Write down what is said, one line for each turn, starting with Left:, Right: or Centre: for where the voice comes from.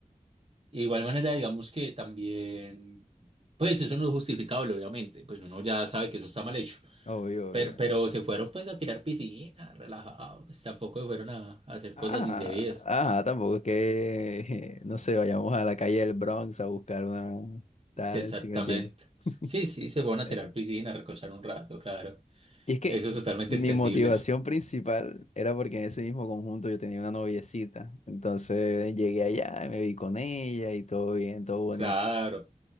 Right: De igual manera, digamos que también, pues eso no es justificable, obviamente, pues uno ya sabe que eso está mal hecho,
Left: Obvio, obvio.
Right: pero, pero se fueron pues a tirar piscina, relajados, pues, tampoco se fueron a, a hacer cosas
Left: Ah,
Right: indebidas.
Left: ah, tampoco es que, <laughs> no sé, vayamos a la calle del Bronx a buscar una tal,
Right: Sí, Exactamente.
Left: si me entiendes. <laughs>
Right: Sí, sí, se fueron a tirar
Left: Eh,
Right: piscina, a recochar un rato, claro.
Left: Y es que
Right: Eso es totalmente
Left: mi
Right: entendible.
Left: motivación
Right: <laughs>
Left: principal era porque en ese mismo conjunto yo tenía una noviecita. Entonces llegué allá y me vi con ella y todo bien, todo bonito.
Right: Claro,